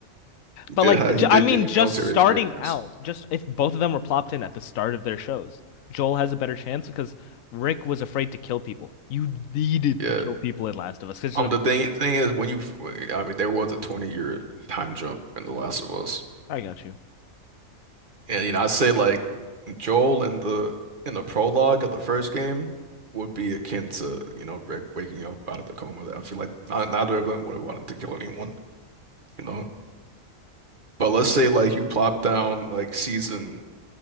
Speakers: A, on the right (about 40°); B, on the left (about 85°).
A: He did
B: like,
A: have he did
B: I mean,
A: gain
B: just
A: military
B: starting
A: experience.
B: out, just if both of them were plopped in at the start of their shows, Joel has a better chance because Rick was afraid to kill people. You needed
A: Yeah.
B: to kill people in Last of Us because
A: Um,
B: like,
A: the thing thing is when you I mean there was a 20 year time jump in The Last of Us.
B: I got you.
A: And you know, I'd say like Joel in the in the prologue of the first game would be akin to, you know, Rick waking up out of the coma. I feel like not, neither of them would have wanted to kill anyone, you know. But let's say like you plop down like season